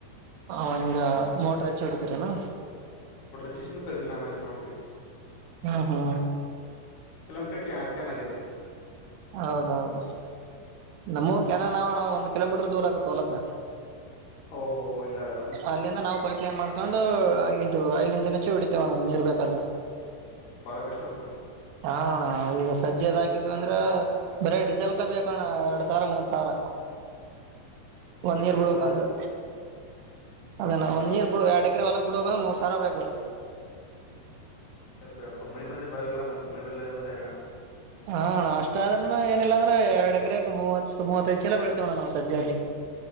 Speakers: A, on the right; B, on the left.
A: ಹ ಹಿಂಗ ಮೋಟರ್ ಹಚ್ಚಿ ಹೊಡಿತರನಾ
B: ಸ್ಟಷನ್ ಪೈಪ್ ನ ಎಷ್ಟ ಮಾಡ್ತೇವಿ <unintelligible>
A: ಹಾ ಹಾ
B: ಎಲೊ ಕಕ ಕನ್ಲ್ಲದೆ
A: ಹೌದೌದು ನಮ್ಮೂ ಕೆನಲ್ಲಾ ಹ ಒಂದು ಕಿಲೋಮೀಟರ್ ದೂರ ಆಗತ್ತೆ ತಲಕ
B: ಓಹೋ ಹಿಂಗಾದಲ್ಲ
A: ಅಲ್ಲಿಂದ ನಾವು ಪೈಪ್ ಏನ್ ಮಾಡ್ಕೊಂಡು ಇದು ಐಲಿಿನ ಜಿನಚ್ಚೆ ಹಡಿತೇವಣ್ಣ ನೀರ್ ಬೇಕಾದ್ರೆ
B: ಬಾಳ ಕಷ್ಟ ಅಪ
A: ಹಾ ಸಜ್ಜೆ ಹಾಕಿದ್ರೆ
B: ಬಂದ್ರೆ
A: ಅಂದ್ರ ಬರೇ ಡೀಿಸೆಲ್ ಕ ಬೇಕಣ ಎರಡ್ ಸಾವಿರ ಮೂರ್ ಸಾವಿರ
B: ಹ್ಮ್ ಮೂವತ್ತ ಒಂದ್
A: ಒಂದ
B: ಕಿಲೋಮೀಟರ್
A: ಇರ್
B: ಅಂದ್ರ
A: ಬಿಳಕ
B: ದೂರ
A: ಅಂದ್ರೆ
B: ಆಗ್ತಪ್ಪ
A: ಅದನ ಒಂದ ಇರ್ ಬಿಳಡ ್ರೆ ಹೊಲಕ್ ಬಿಡ ಹೋಗ ಮೂರ್ ಸಾವರ ಬೇಕು
B: ಹ್ಮ್ ಅ ಅ ಅ ಮಳ ಬಂದ್ರೆ ಪರವಾಗಿಲ್ಲ ಮತ್ತ ಮಳಿ ಬರ್ಲಿಲ್ಲ ಅರವಣ
A: ಹಾ ಅಷ್ಟಾದ್ರನು ಏನಿಲ್ಲ ಅಂದ್ರೆ ಎರಡ್ ಎಕರೆ ಮೂವತ್ ಮೂವತ್ತೈಐದ್ ಚಲ ಬೆಳತೇವಣ್ಣ ನಾವ್ ಸಜದ